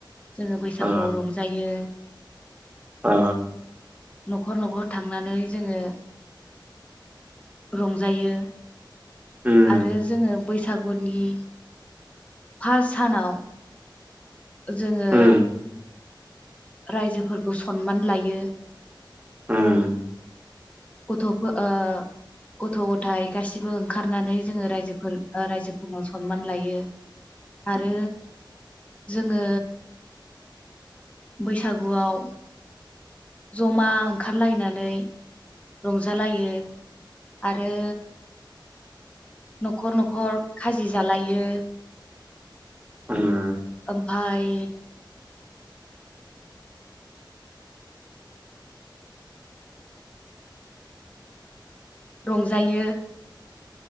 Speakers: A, on the left (about 15°); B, on the right (about 15°).
A: जोङो बैसागुआव
B: ओ
A: रंजायो
B: ओ
A: न'खर न'खर थांनानै जोङो रंजायो
B: उम
A: आरो जोङो बैसागुनि फार्ट सानाव जोङो
B: उम
A: रायजोफोरखौ सनमान लायो
B: ओम
A: गथबो ओ गथ' गथाइ गासैबो ओंखारनानै जोङो रायजोफोर रायजोफोरखौ सनमान लायो
B: <inaudible>
A: आरो जोङो बैसागुआव जमा ओंखारलायनानै रंजालायो आरो न'खर न'खर खाजि जालायो
B: ओम
A: ओमफाय रंजायो